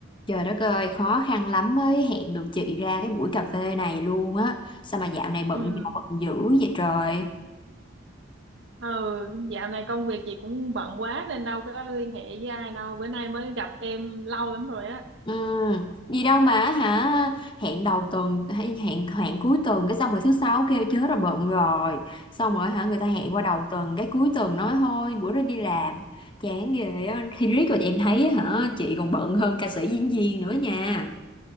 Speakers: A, on the left; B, on the right.
A: Trời đất ơi, khó khăn lắm mới hẹn được chị ra cái buổi cà phê này luôn á. Sao mà dạo này bận
B: Ừ.
A: bận dữ vậy trời?
B: Ừ, dạo này công việc chị cũng bận quá nên đâu có liên hệ với ai đâu. Bữa nay mới gặp em lâu lắm rồi á.
A: Ừ, gì đâu mà hả? Hẹn đầu tuần hay hẹn hẹn cuối tuần cái xong rồi thứ sáu kêu chớ rồi bận rồi. Xong rồi hả người ta hẹn qua đầu tuần cái cuối tuần nói thôi bữa đó đi làm. Chán ghê á. Thì riết rồi em thấy hả chị còn bận hơn ca sĩ diễn viên nữa nha.